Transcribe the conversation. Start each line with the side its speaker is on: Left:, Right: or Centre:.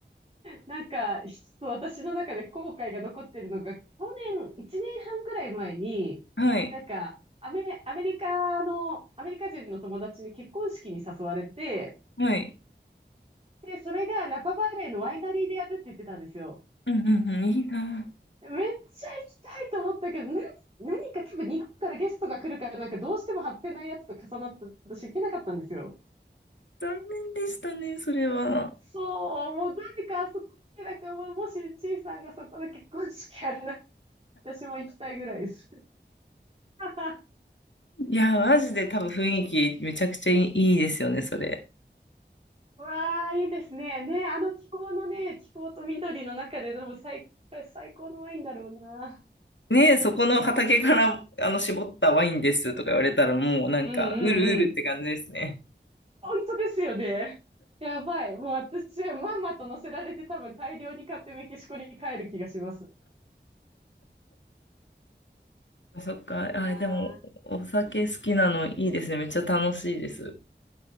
Right: なんか、一つ私の中で後悔が残ってるのが、去年、1年半ぐらい前に、
Left: はい。
Right: なんか、アメ、アメリカの、アメリカ人の友達に結婚式に誘われて、
Left: はい。
Right: で、それがナパバレーのワイナリーでやるって言ってたんですよ。
Left: うんうんうん、いいなぁ。
Right: めっちゃ行きたいと思ったけど、な、何か多分日本からゲストが来るから、なんかどうしても外せないやつと重なって、私行けなかったんですよ。
Left: 残念でしたね、それは。
Right: そう、もう誰かあそこで、なんかもうもしちいさんがそこで結婚式やるなら、私も行きたいぐらいです。<laughs>
Left: いや、マジで多分雰囲気めちゃくちゃいいですよね、それ。
Right: わあ、いいですね。ね、あの気候のね、気候と緑の中で飲む最、最高のワインだろうな。
Left: ねえ、そこの畑からあの絞ったワインですとか言われたらもうなんか、
Right: うんうんうん。
Left: うるうるって感じですね。
Right: 本当ですよね。やばい。もう私、まんまと乗せられて多分大量に買ってメキシコに帰る気がします。
Left: そっか、
Right: いいな
Left: あ、でもお酒好きなのいいですね、めっちゃ楽しいです。